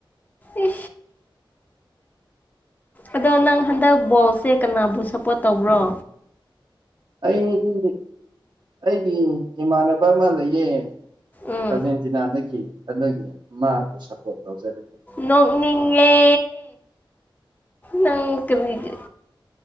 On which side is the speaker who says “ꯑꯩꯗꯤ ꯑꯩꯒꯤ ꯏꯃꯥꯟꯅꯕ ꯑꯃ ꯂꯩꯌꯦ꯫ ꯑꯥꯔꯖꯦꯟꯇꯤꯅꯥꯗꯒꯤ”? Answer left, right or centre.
Right